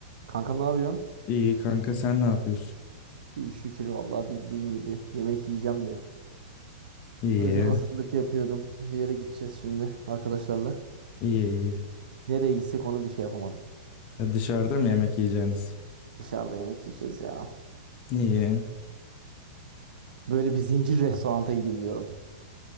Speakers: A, on the right; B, on the left.
A: Kankam ne yapıyorsun?
B: İyi kanka sen ne yapıyorsun?
A: İyi şükür vallahi bildiğin gibi yemek yiyeceğim de.
B: İyi,
A: Öyle hazırlık yapıyordum. Bir yere gideceğiz şimdi arkadaşlarla.
B: iyi iyi.
A: Nereye gitsek onu bir şey yapamadım.
B: Ya dışarıda mı yemek yiyeceğiniz?
A: Dışarıda yemek yiyeceğiz ya.
B: İyi.
A: Böyle bir zincir restoranta gideyim diyorum.